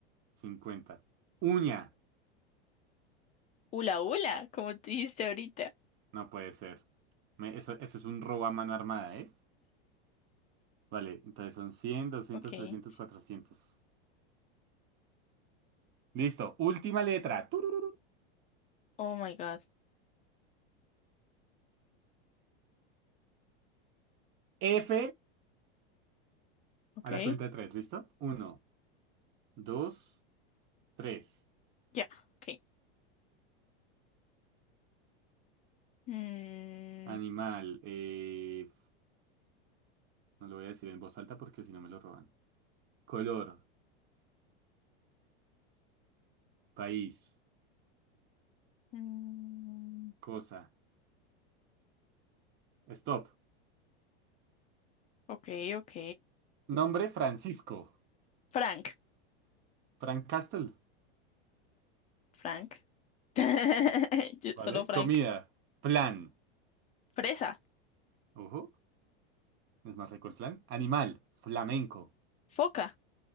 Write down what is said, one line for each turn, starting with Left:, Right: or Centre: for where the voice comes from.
Right: cincuenta Uña.
Left: Ula, ula, como te dijiste ahorita.
Right: No puede ser. Me- eso, eso es un robo a mano armada, ¿eh? Vale, entonces son cien doscientos
Left: Okay.
Right: trescientos cuatrocientos Listo. Última letra. Tururú.
Left: Oh my God.
Right: F
Left: Okay.
Right: a la cuenta de tres. ¿Listo? Uno, dos, tres.
Left: Ya, okay. Mm,
Right: Animal. eh, no lo voy a decir en voz alta porque si no me lo roban. Color. País.
Left: mm,
Right: Cosa. Stop.
Left: ok, ok.
Right: Nombre Francisco.
Left: Frank.
Right: Frank Castle.
Left: Frank. <laughs> Yo-
Right: ¿Vale?
Left: Solo Frank.
Right: Comida. Plan.
Left: Fresa.
Right: Ojo. No es más rico el flan. Animal. Flamenco.
Left: Foca.